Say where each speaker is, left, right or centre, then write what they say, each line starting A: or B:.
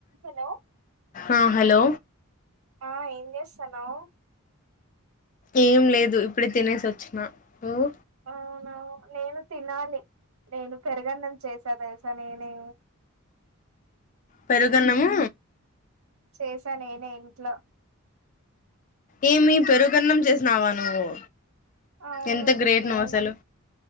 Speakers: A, on the right; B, on the left.
A: hello
B: ఆ hello
A: ఆ ఏం చేస్తానావ్
B: ఏం లేదు ఇప్పుడే తినేసి వచ్చిన నువ్వు
A: అవునువును నేను తినాలి నేను పెరుగన్నం చేసా తెలుసా నేనే
B: పెరుగన్నాము
A: చేసా నేనే ఇంట్లో
B: ఏమి పెరుగన్నం చేసినావా నువ్వు
A: అవును
B: ఎంత గ్రేట్ నువ్వు
A: ఏం
B: అసలు